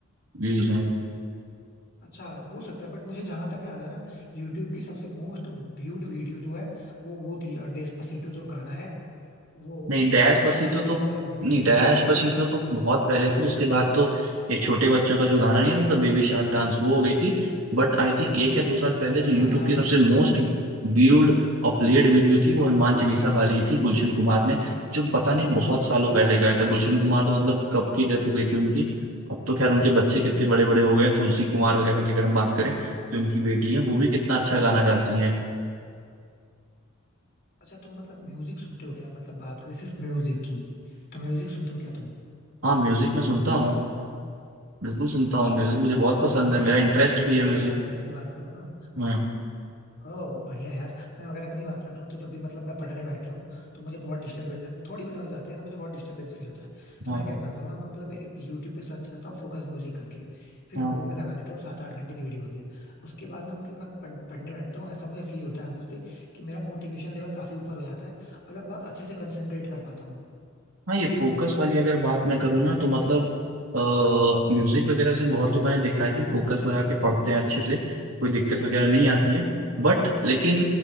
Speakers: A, on the right; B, on the left.
A: व्यूज हैं
B: अच्छा हो सकता है बट मुझे जहां तक याद है ना यूट्यूब की सबसे मोस्ट व्यूड वीडियो जो है वो वो थी अ डेस्पासीटो जो गाना है वो
A: नहीं डैश
B: उसके
A: पसीतो
B: सबसे ज्यादा
A: तो
B: मतलब बिलियन
A: नहीं डैश
B: में व्यूज
A: पसीतो
B: थे
A: तो बहुत पहले थी उसके बाद तो एक छोटे बच्चों का जो गाना नहीं आता था बेबी शार्क डांस वो हो गई थी बट आई थिंक एक या दो साल पहले जो यूट्यूब
B: हाँ हाँ
A: की सबसे मोस्ट व्यूड और प्लेड वीडियो थी वो हनुमान चालीसा वाली थी गुलशन कुमार ने जो पता नहीं बहुत सालों पहले गाया
B: अच्छा
A: था गुलशन कुमार
B: मुझे
A: तो
B: नहीं
A: मतलब
B: पता था
A: कब
B: भाई
A: की डेथ हो गई थी उनकी अब तो खैर उनके बच्चे कितने बड़े बड़े हो गए हैं तुलसी कुमार वगैरह की अगर हम बात करें जो उनकी बेटी है वो भी कितना
B: Exactly
A: अच्छा
B: exactly.
A: गाना गाती
B: हाँ
A: हैं
B: हाँ अच्छा तुम मतलब म्यूजिक सुनते हो क्या मतलब बात करें सिर्फ म्यूजिक की तो म्यूजिक सुनते हो क्या तुम
A: हाँ म्यूजिक में सुनता हूँ बिल्कुल सुनता हूँ म्यूजिक मुझे बहुत
B: अ,
A: पसंद
B: मतलब किस
A: है मेरा
B: टाइप
A: इंटरेस्ट
B: का म्यूजिक जैसे
A: भी है म्यूजिक
B: मैं अगर अपनी बात करूँ
A: हम्म
B: ओ बढ़िया यार मैं अगर अपनी बात करूँ तो जब भी मतलब मैं पढ़ने बैठता हूँ तो मुझे बहुत डिस्टरबेंसेस थोड़ी भी नॉइज आती है ना मुझे बहुत डिस्टरबेंस फील होता है तो
A: हाँ
B: मैं क्या करता हूँ ना मैं मतलब एक यूट्यूब पे सर्च करता हूँ फोकस म्यूजिक करके फिर
A: हाँ
B: वो मैं लगा लेता हूँ सात आठ घंटे की वीडियो होती है उसके बाद ना मतलब मैं पढ़- पढ़ने बैठता हूँ ऐसा मुझे फील होता है अंदर से कि मेरा मोटिवेशन लेवल काफी ऊपर हो जाता है और मैं बहुत अच्छे से कंसेंट्रेट कर पाता हूँ
A: हाँ ये फोकस वाली अगर बात मैं करूँ ना तो मतलब आ, म्यूजिक वगैरह से बहुत तो मैंने देखा है कि फोकस लगा के पढ़ते हैं अच्छे से कोई दिक्कत वगैरह नहीं आती है बट लेकिन